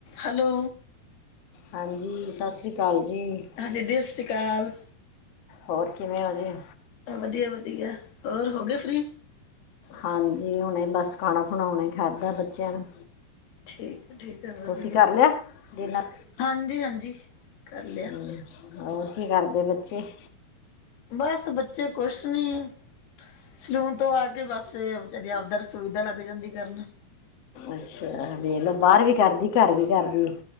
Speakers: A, on the left; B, on the left.
A: Hello.
B: ਹਾਂਜੀ, ਸਤਿ ਸ਼੍ਰੀ ਅਕਾਲ ਜੀ।
A: ਹਾਂਜੀ ਸਤਿ ਸ਼੍ਰੀ ਕਾਲ।
B: ਹੋਰ ਕਿਵੇਂ ਹੋ ਜੀ।
A: ਵੱਧੀਆ-ਵੱਧੀਆ ਹੋਰ ਹੋ ਗਏ ਫ੍ਰੀ।
B: ਹਾਂਜੀ, ਹੁਣੇ ਬਸ ਖਾਣਾ ਖੁਣਾ ਹੁਣੇ ਹੀ ਖਾਧਾ ਬੱਚਿਆਂ ਨੇ।
A: ਠੀਕ ਹੈ-ਠੀਕ ਹੈ ਵੱਧੀਆ।
B: ਤੁਸੀਂ ਕਰ ਲਿਆ ਡਿਨਰ?
A: ਹਾਂਜੀ-ਹਾਂਜੀ ਕਰ ਲਿਆ।
B: ਹਮ, ਹੋਰ ਕੀ ਕਰਦੇ ਬੱਚੇ। <inaudible>
A: ਬਸ ਬੱਚੇ ਕੁਛ ਨਹੀਂ ਸਲੂਨ ਤੋਂ ਆ ਕੇ ਬਸ ਆਪਦਾ ਰਸੋਈ ਦਾ ਲੱਗ ਜਾਂਦੀ ਕਰਨ,
B: ਅੱਛਾ ਵੇਖ ਲੈ ਬਾਹਰ ਵੀ ਕਰਦੀ ਘਰ ਵੀ ਕਰਦੀ।